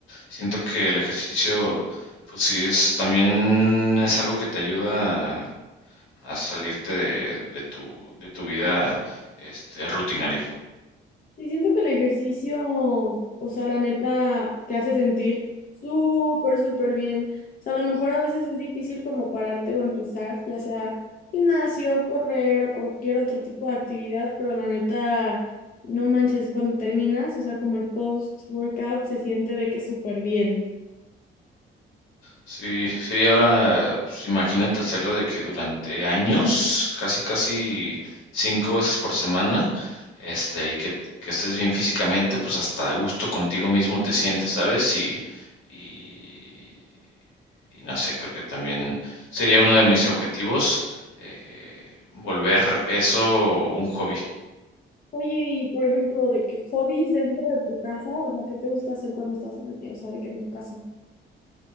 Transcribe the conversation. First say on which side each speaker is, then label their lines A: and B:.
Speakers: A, on the left; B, on the left.
A: Siento que el ejercicio, pues sí, es también es algo que te ayuda a, a salirte de, de tu, de tu vida, este, rutinaria.
B: Y siento que el ejercicio, o sea, la neta, te hace sentir súper, súper bien. O sea, a lo mejor a veces es difícil como pararte o empezar, ya sea gimnasio, correr o cualquier otro tipo de actividad, pero la neta, no manches, cuando terminas, o sea, como el post-workout se siente de que súper bien.
A: Sí, sí, ahora pues, imagínate hacerlo de que durante años, casi casi cinco veces por semana, este, y que, que estés bien físicamente, pues hasta a gusto contigo mismo te sientes, ¿sabes? Y, y, y no sé, creo que también sería uno de mis objetivos, eh, volver eso un hobby.
B: Oye, y por ejemplo, de que hobbies dentro de tu casa, o sea, ¿qué te gusta hacer cuando estás, o sea, de que en tu casa?